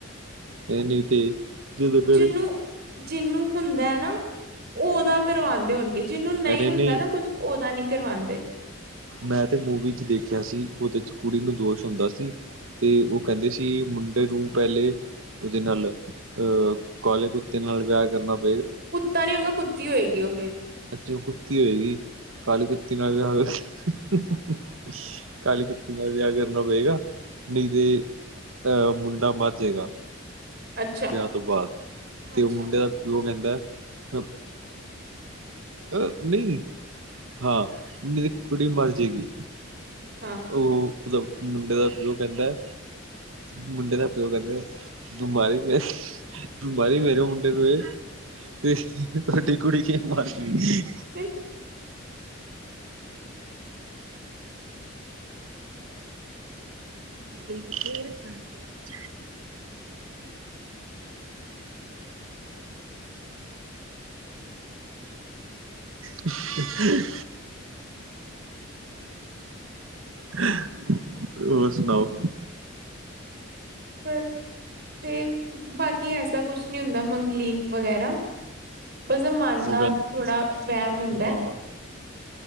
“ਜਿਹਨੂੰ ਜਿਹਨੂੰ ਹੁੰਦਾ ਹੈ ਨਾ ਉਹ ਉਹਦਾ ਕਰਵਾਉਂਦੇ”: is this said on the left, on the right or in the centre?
Right